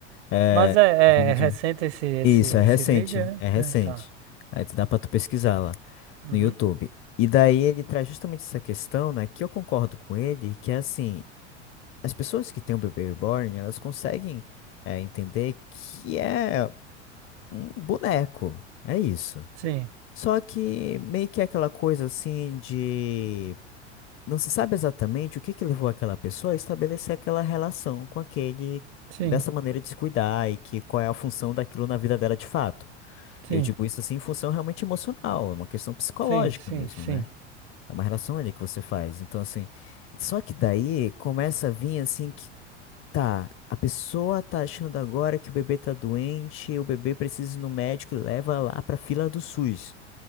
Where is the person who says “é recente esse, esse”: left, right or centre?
Right